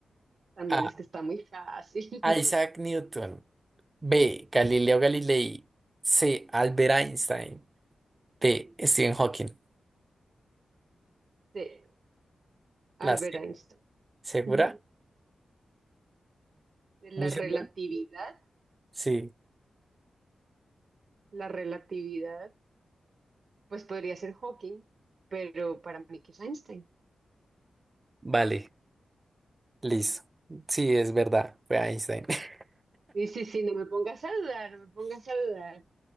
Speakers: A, on the right; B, on the right.
A: También
B: A.
A: es que está muy fácil.
B: Isaac Newton. B. Galileo Galilei. C. Albert Einstein. D. Stephen Hawking.
A: <laughs> C,
B: ¿La
A: Albert
B: C?
A: Einstein.
B: ¿Segura?
A: Ujú. De la
B: ¿Muy
A: relatividad,
B: segura? Sí.
A: la relatividad, pues podría ser Hawking, pero para mí que es Einstein.
B: Vale. Listo. Sí, es verdad, fue Einstein. <laughs>
A: Sí, sí, sí, no me pongas a dudar, no me pongas a dudar.